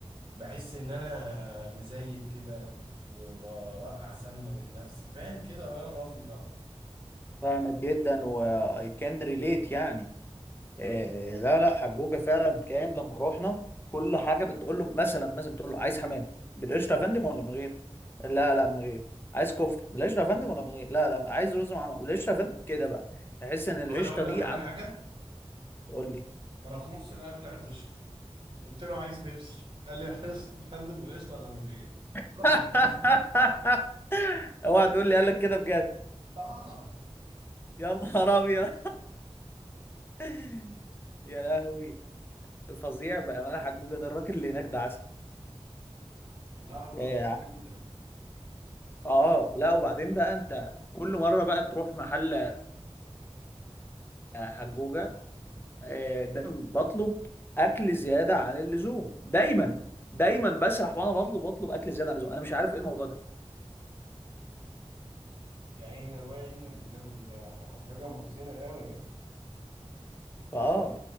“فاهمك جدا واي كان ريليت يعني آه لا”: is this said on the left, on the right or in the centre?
Left